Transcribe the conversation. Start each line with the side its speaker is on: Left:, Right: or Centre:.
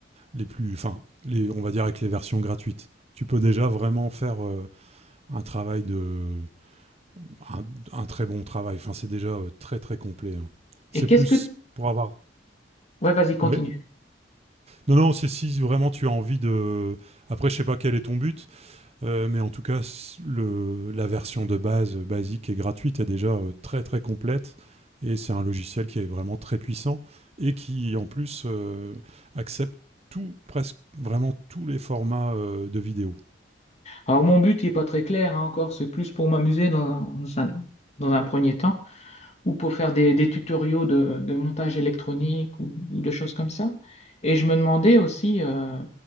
Right: les plus, enfin, les, on va dire avec les versions gratuites. Tu peux déjà vraiment faire euh, un travail de, un, un très bon travail. Enfin, c'est déjà euh, très très complet. hein.
Left: Et
Right: C'est
Left: qu'est-ce
Right: plus
Left: que
Right: pour avoir.
Left: Ouais, vas-y, continue.
Right: Oui. Non, non, c'est si vraiment tu as envie de. Après, je sais pas quel est ton but, euh, mais en tout cas, s- le, la version de base euh, basique et gratuite est déjà euh, très très complète. Et c'est un logiciel qui est vraiment très puissant et qui en plus euh, accepte tout, presque vraiment tous les formats euh, de vidéos.
Left: Alors, mon but n'est pas très clair hein, encore, c'est plus pour m'amuser dans, un, dans un premier temps, ou pour faire des, des tutoriaux de, de montage électronique ou, ou de choses comme ça. Et je me demandais aussi, euh,